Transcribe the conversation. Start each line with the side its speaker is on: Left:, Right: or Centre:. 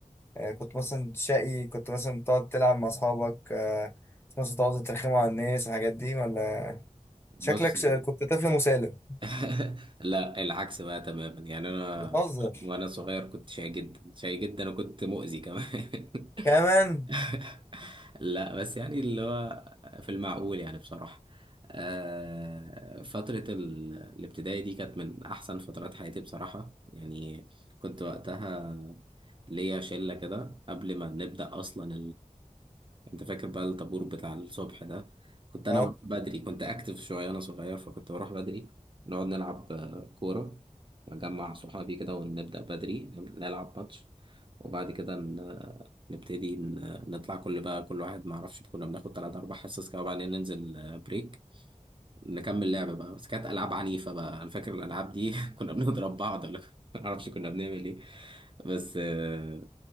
Left: وكنت مثلا شقي كنت مثلا تقعد تلعب مع أصحابك آه كنت مثلا تقعد ترخموا على الناس والحاجات دي ولا
Right: بص
Left: شكلك
Right: يعني
Left: ش- كنت طفل مسالم
Right: <laughs> لا العكس بقى تماما يعني انا
Left: بتهزر
Right: وانا صغير كنت شاي جدا شاي جدا وكنت مؤذي كمان <laughs>
Left: كمان
Right: <laughs> لا بس يعني اللي هو في المعقول يعني بصراحة آه، فترة ال- الابتدائي دي كانت من أحسن فترات حياتي بصراحة يعني كنت وقتها ليا شلة كده قبل ما نبدأ أصلا انت فاكر بقى الطابور بتاع الصبح ده كنت انا
Left: أه
Right: اه بروح بدري كنت اكتف شويه انا صغير فكنت بروح بدري نقعد نلعب آه، كوره واجمع صحابي كده ونبدا بدري نلعب ماتش وبعد كده ن- نبتدي ن- نطلع كل بقى كل واحد ما اعرفش كنا بناخد ثلاث اربع حصص كده وبعدين ننزل آه، بريك نكمل لعبه بقى بس كانت العاب عنيفه بقى انا فاكر الالعاب دي <laughs> كنا بنضرب بعض ولا <laughs> ما اعرفش كنا بنعمل ايه بس آه،